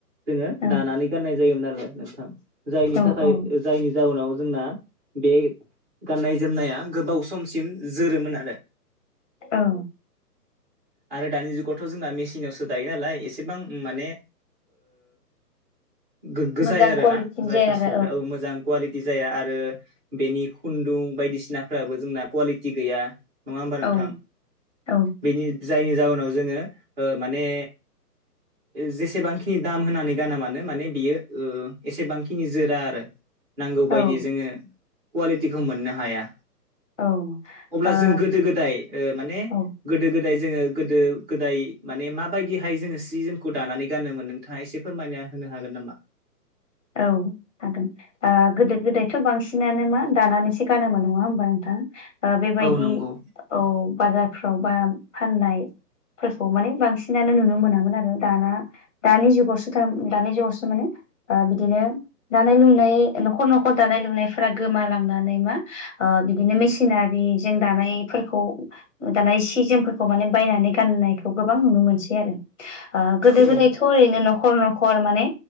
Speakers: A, on the right (about 35°); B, on the left (about 20°).
A: जोङो
B: औ
A: दानानै गाननाय जायोमोन आरो नोंथां जायनि
B: औ
A: थाखाय
B: औ
A: जायनि जाउनाव जोंना बे गाननाय जोमनाया गोबाव समसिम जोरोमोन आरो।
B: औ
A: आरो दानि जुगावथ' जोंना मेसििनावसो दायो नालाय एसेबां माने गोगगोजाया
B: मोजां
A: आरोना
B: कुवालिटिनि
A: जायफोर
B: जाया आरो
A: सिफ्रा औ मोजां कुवालिटि जाया आरो बेनि खुन्दुं बायदिसिनाफ्राबो जोंना कुवालिटि गैया। नङा होमबा नोंथां
B: औ औ
A: बेनि जायनि जाहोनाव जोङो माने
B: <inaudible>
A: जेसेबांखिनि दाम होनानै गाना मानो माने बियो एसेबांखिनि जोरा आरो। नांगौबायायदि
B: औ
A: जोंङो कुवालिटिखौ मोननो हाया।
B: औ
A: अब्ला
B: औ ओ
A: जों गोदो गोदाय ओ माने
B: औ
A: गोदो गोदाय जोंङो गोदो गोदाय माने माबायदिहाय जोंङो सि जोमखौ दानानै गानोमोन नों नोंथांङा एसे फोरमायना होनो हागोन नामा?
B: औ हागोन। गोदो गोदायथ' बांसिनानो मा दानानैसो गानोमोन नंङा होमबा नोंथां? बेबायदि
A: औ नंगौ
B: औ बाजारफ्राव बा फाननाय फोरखौ माने बांसिनानो नुनो मोनामोन आरो दाना दानि जुगावसो थार दानि जुगावसो माने बिदिनो दानाय लुनाय न'खर न'खर दानाय लुनायफोरा गोमालांनानै मा ओ बिदिनो मेसिनारिजों दानायफोरखौ दाना सि जोमफोरखौ माने बायनानै गाननायखौ गोबां नुनो मोनसै आरो। ओ गोदो
A: औ
B: गोदायथ' ओरैनो न'खर न'खर माने